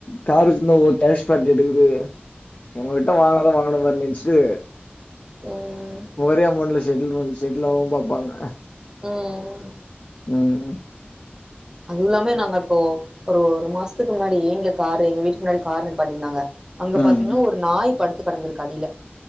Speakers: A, on the left; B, on the right.
A: கார் வச்சிருந்தா ஒ கனிஷ் பார்ட்டி இட்றுக்கு இவ்ங்ககிட்ட வாங்னாவே வாங்குன மாரி நெனச்சிட்டு
B: ம்
A: ஒரே அமௌண்ட்ல செட்டில்மண்ட் செட்லாவு பாப்பாங்க
B: ம்
A: ம்
B: அதுவுல்லாமே நாங்க இப்போ ஒரு ஒரு மாசத்துக்கு முன்னாடியே இங்க காரு எங்க வீட்டுக்கு முன்னாடி காரு நிப்பாட்டிருந்தாங்க அங்க
A: ம்
B: பாத்தீங்கனா ஒரு நாய் படுத்து கெடந்திருக்கு அடில